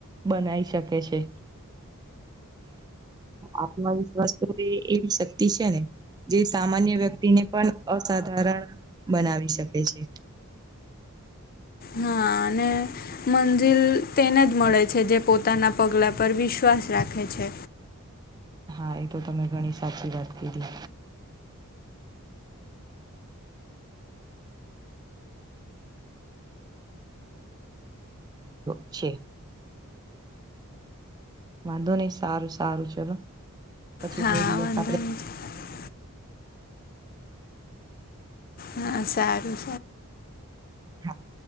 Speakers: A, on the right (about 20°); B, on the left (about 40°).
A: બનાઈ શકે છે આત્મવિશ વસ્તુ એ એવી શક્તિ છે ને જે સામાન્ય વ્યક્તિને પણ અસાધારણ બનાવી શકે છે.
B: હા અને મંજિલ તેને જ મળે છે જે પોતાનાં પગલાં પર વિશ્વાસ રાખે છે.
A: હા એ તો તમે ઘણી સાચી વાત કીધી. તો છે. વાંધો નહી સારું સારું ચલો પછી
B: હા
A: કોઈ દિવસ
B: વાંધો
A: આપડે
B: નહીં હા સારું
A: હા